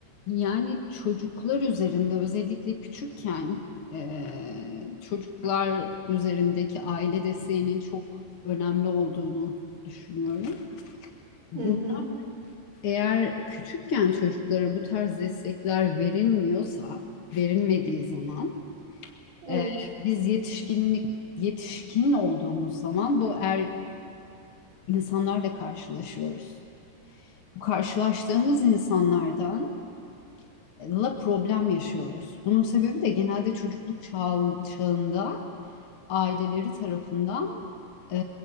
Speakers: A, on the left (about 80°); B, on the right (about 40°).
A: Yani çocuklar üzerinde özellikle küçükken eee, çocuklar üzerindeki aile desteğinin çok önemli olduğunu düşünüyorum. Bunu
B: Hı hı.
A: eğer küçükken çocuklara bu tarz destekler verilmiyorsa, verilmediği zaman
B: Evet,
A: eee, biz yetişkinlik yetişkin olduğumuz zaman bu er insanlarla karşılaşıyoruz. Bu karşılaştığımız insanlardan la problem yaşıyoruz. Bunun sebebi de genelde çocukluk çağı- çağında aileleri tarafından e,